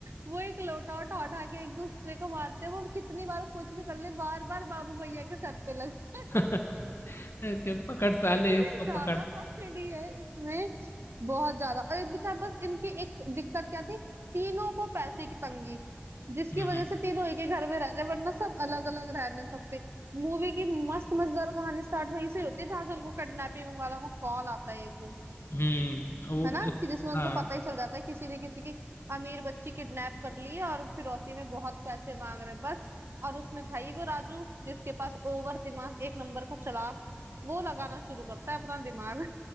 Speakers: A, on the right; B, on the left.
A: वो एक लोटा उठा उठा के एक दूसरे को मारते हैं वो कितनी बार कुछ भी कर ले बार बार बाबू भैया के सर पे लगता है
B: है <laughs> कि पकड़ साले
A: इतने
B: इसको
A: ज्यादा
B: पकड़
A: कॉमेडी है इसमें बहुत ज्यादा और एक बेचारा बस इनकी एक दिक्कत क्या थी तीनों को पैसे की तंगी जिसकी
B: हम्म
A: वजह
B: हम्म
A: से तीनों एक ही घर में रह रहे वरना सब अलग अलग रह नहीं सकते मूवी की मस्त मजेदार कहानी स्टार्ट वहीं से होती है जहां से उनको किडनैपिंग वाला वो कॉल आता है एक
B: हम्म, वो
A: है ना कि जिसमें उनको
B: हाँ
A: पता ही चल जाता है किसी ने किसी की अमीर बच्ची किडनैप कर ली है और फिरौती में बहुत पैसे मांग रहे हैं बस और उसमें था ही वो राजू जिसके पास ओवर दिमाग एक नंबर का चालाक वो लगाना शुरू करता है अपना दिमाग